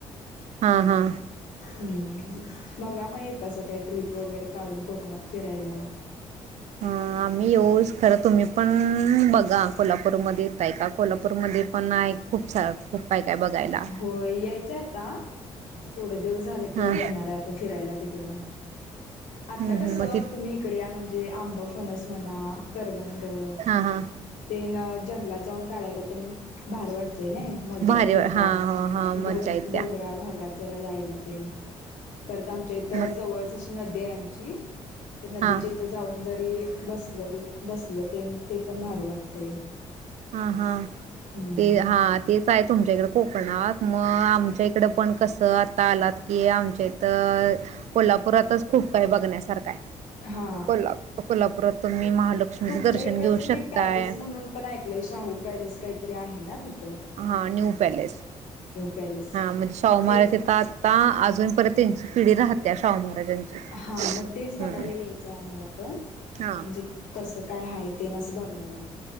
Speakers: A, on the right; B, on the left.
A: हा -हा
B: हम्म बघा मग येत असाल काय ट्रिप वगैरे काढून कोकणात फिरायला
A: हो, आम्ही येऊच खरं तुम्ही पण बघा कोल्हापूरमध्ये येताय का? कोल्हापूरमध्ये पण आहे. खूप सार खूप काय काय बघायला
B: होय यायच ता थोडं दिवस झालं कि
A: हा
B: मग येणार आहे. आता फिरायला तिकडे. काकडा आता
A: मग
B: कस
A: ति
B: तुम्ही इकडे या म्हणजे आंब फणस म्हणा करवंनद हमम- हमम मग
A: हा हा
B: ते जंगलात जाऊन काढायला त्यांना भारी वाटते ते नाही, ममज्जा
A: भारी
B: पण येते
A: हा ह हा मज्जा येत्या
B: डोंगराळ भागात जरा जाई ते तर आमच्या इथं
A: मग
B: जवळच नद्या आमची ते नदीच्या
A: हा
B: इथं जाऊन जरी बसलं बसलं ते ते पण भारी वाटते
A: हा हा
B: हम्म
A: ते हा तेच आहे तुमच्याकडे कोकणात मग तुमच्या इकडे पण कसं ता आलात की आमच्या इथं कोल्हापुरातच खूप काही बघण्यासारखा आहे
B: हा
A: मग को्हा कोल्हापुरात तुम्ही महालक्ष्मीचं
B: तुमच्या
A: दर्शन
B: इकडचं
A: घेऊ
B: मी
A: शकताय
B: पॅलेस म्हणून पण ऐकलंय शाहू पॅलेस काहीतरी आहे ना तिथ
A: हा न्यू पॅलेस
B: पॅलेस
A: हा म्हणजे सोमार्या
B: ते
A: येथं आता अजून परत त्यांची पिढी राहत्या शाहू महाराजांची.
B: हा मग तेच बघायला
A: हम्म
B: यायचंय आम्हाला पण
A: हा.
B: म्हणजे कस काय हाय ते नसं बघायला